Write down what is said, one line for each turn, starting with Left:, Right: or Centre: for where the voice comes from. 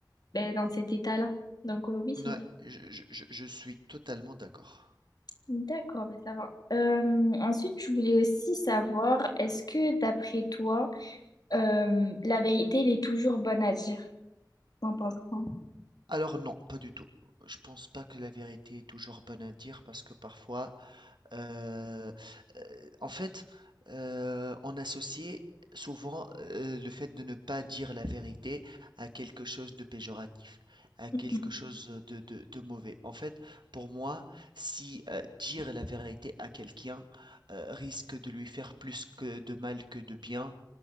Left: ben, dans cet état-là. Donc euh, oui, c'est
Right: ouais,
Left: vrai.
Right: je, je- je- je suis totalement d'accord.
Left: D'accord, ben, ça va. Euh, ensuite, je voulais aussi savoir, est-ce que d'après toi, euh, la vérité, elle est toujours bonne à dire? T'en penses quoi?
Right: Alors non, pas du tout. Je pense pas que la vérité est toujours bonne à dire parce que parfois Heu heu, en fait, heu, on associait souvent, heu, le fait de ne pas dire la vérité à quelque chose de péjoratif, à
Left: <laughs>
Right: quelque chose, de de de mauvais. En fait, pour moi, si, heu, dire la vérité à quelqu'un, heu, risque de lui faire plus que de mal que de bien,